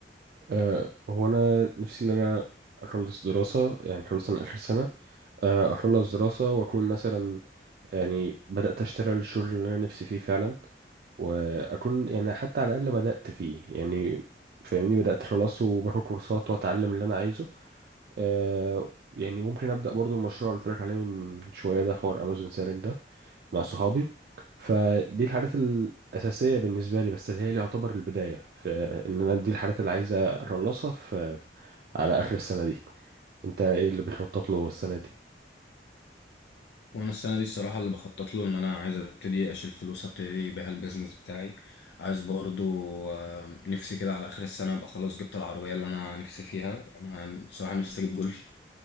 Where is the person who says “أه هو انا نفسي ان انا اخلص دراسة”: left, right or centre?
Right